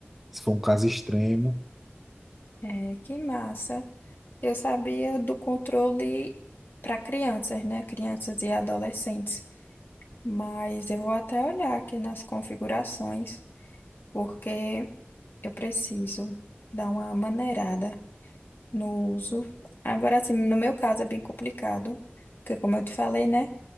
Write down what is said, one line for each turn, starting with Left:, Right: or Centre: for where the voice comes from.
Centre: se for um caso extremo.
Left: É, que massa. Eu sabia do controle para crianças, né? Crianças e adolescentes. Mas eu vou até olhar aqui nas configurações. porque eu preciso dar uma maneirada no uso. Agora, assim, no meu caso é bem complicado, porque como eu te falei, né?